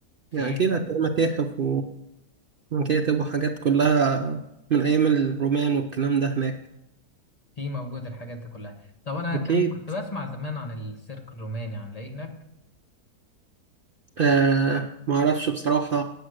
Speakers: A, on the left; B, on the right.
A: في
B: يعني أكيد هتلاقي متاحف كتبوا حاجات كلها من أيام الرومان والكلام ده هناك
A: في موجود الحاجات دي كلها طب انا
B: أكيد
A: كان كنت بسمع زمان عن السيرك الروماني عن ايه هناك
B: آه معرفش بصراحة